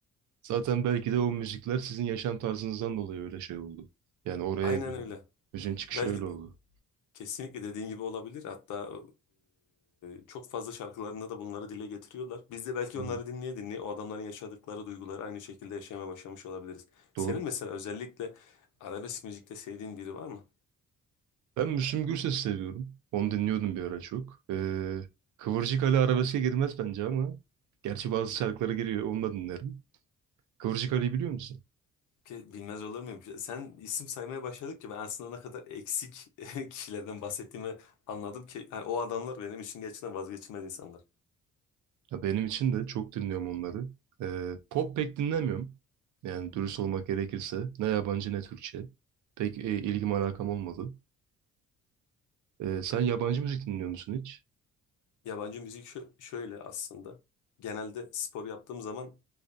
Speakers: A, on the right; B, on the left.
A: Zaten belki de o müzikler sizin yaşam tarzınızdan dolayı öyle şey oldu. Yani oraya
B: Aynen
A: evrildi.
B: öyle.
A: Müziğin çıkışı
B: Belki
A: öyle oldu.
B: kesinlikle dediğin gibi olabilir. Hatta e, çok fazla şarkılarında da bunları dile getiriyorlar. Biz de belki
A: Hı hı.
B: onları dinleye dinleye o adamların yaşadıkları duyguları aynı şekilde yaşamaya başlamış olabiliriz. Senin
A: Doğru.
B: mesela özellikle arabesk müzikte sevdiğin biri var mı?
A: Ben Müslüm Gürses'i seviyorum. Onu dinliyordum bir ara çok. Ee, Kıvırcık Ali arabeske girmez bence ama. Gerçi bazı şarkıları giriyor. Onu da dinlerim. Kıvırcık Ali'yi biliyor musun?
B: Ki bilmez olur muyum? Sen isim saymaya başladıkça ben aslında ne kadar eksik <laughs> kişilerden bahsettiğimi anladım ki yani o adamlar benim için gerçekten vazgeçilmez insanlar.
A: Ya benim için de çok dinliyorum onları. Ee, pop pek dinlemiyorum. Yani dürüst olmak gerekirse ne yabancı ne Türkçe. Pek e, ilgim alakam olmadı. Ee, sen yabancı müzik dinliyor musun hiç?
B: Yabancı müzik şö- şöyle aslında. Genelde spor yaptığım zaman